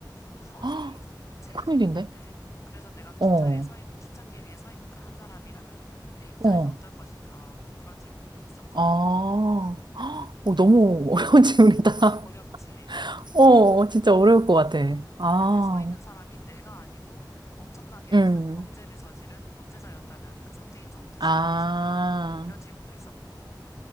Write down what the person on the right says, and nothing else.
헉,
큰일인데?
어,
어.
아, 헉, 어, 너무 어려운 질문이다.
<laughs> 어, 어, 진짜 어려울 것 같아.
아,
음,
아,